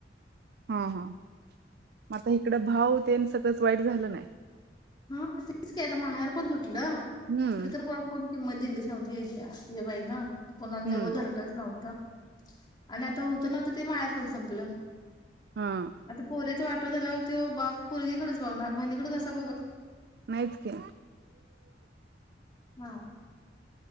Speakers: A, on the right; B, on the left.
A: हा हा, मग आता इकडं भाव ते सगळंच वाईट झालं नाही
B: हा तेच की आता माहेरपण तुटलं,
A: हम्म
B: असल तर कोण कोणाचं किंमत दिलीच नव्हती ह्या बाईला कोणाला जवळ
A: हम्म
B: धरलंच नव्हतं. आणि आता होत नव्हतं ते माहेर पण संपलं
A: हा
B: आता पोरीच वाट वाटोळं झाल्यावर ते बाप पोरगीकडेच बघणार बहिणीकडे कसा बघेल
A: नाहीच की
B: हां